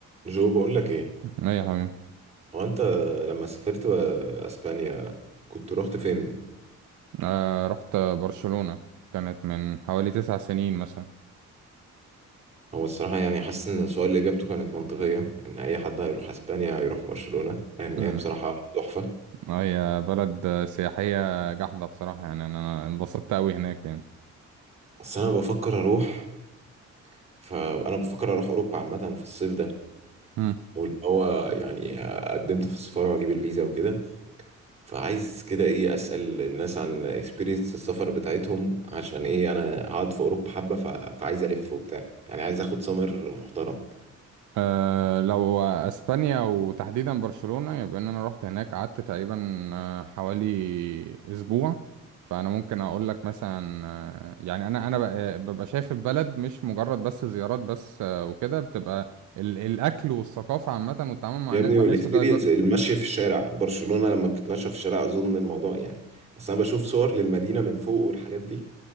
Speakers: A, on the right; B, on the right.
A: جو بقول لك ايه
B: ايه يا حبيبي
A: هو انت لما سافرت بقى اسبانيا كنت رحت فين
B: آه رحت برشلونة كانت من حوالي تسع سنين مثلا
A: هو الصراحه يعني حاسس ان السؤال اجابته كانت منطقيه ان اي حد هيروح اسبانيا هيروح برشلونه لان
B: مم.
A: هي بصراحه تحفه
B: هي بلد سياحية جحدة بصراحة يعني انا انبسطت اوي هناك يعني
A: بس انا بفكر اروح فانا بفكر اروح اوروبا عامه في الصيف ده
B: مم.
A: واللي هو يعني قدمت في السفاره واجيب الفيزا وكده فعايز كده ايه اسال الناس عن اكسبيرينس السفر بتاعتهم عشان ايه انا قاعد في اوروبا حبه ف- فعايز الف وبتاع يعني عايز اخد سمر محترم
B: آه لو اسبانيا وتحديدا برشلونة يبقى ان انا رحت هناك قعدت تقريبا آه، حوالي اسبوع فانا ممكن اقول لك مثلا آه، يعني انا انا ب- ببقى شايف البلد مش مجرد بس زيارات بس آه، وكده بتبقى ال- الاكل والثقافه عامه والتعامل مع
A: يا
B: الناس
A: ابني
B: بحسه
A: والاكسبيرينس
B: ده
A: المشي في الشارع برشلونة لما بتتمشى في الشارع اظن الموضوع يعني اصل انا بشوف صور للمدينة من فوق والحاجات دي